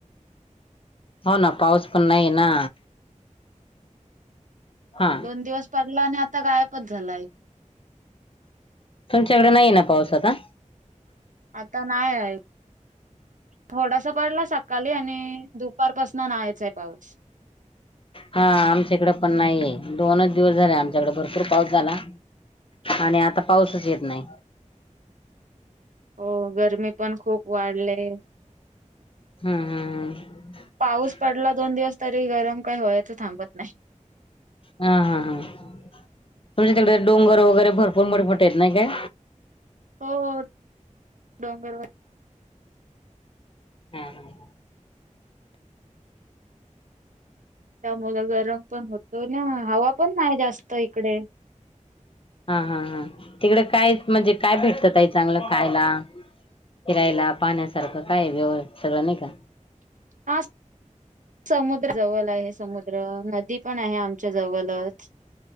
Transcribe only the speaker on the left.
हो ना पाऊस पण नाही ना हा
तुमच्याकडे नाही ना पाऊस आता
हा आमच्याकडे पण नाहीये दोनच दिवस झाले आमच्याकडे भरपूर पाऊस झाला. आणि आता पाऊसच येत नाही.
हम्म हम्म
हम्
हा हा हा तुमच्या तिकडे डोंगर वगैरे भरपूर मोठे मोठे आहेत नाही काय.
हम् ह
हा हा तिकडे काय म्हणजे काय भेटत ताई चांगलं खायला फिरायला पाहण्यासारखं काय व्यव सगळं नाही का.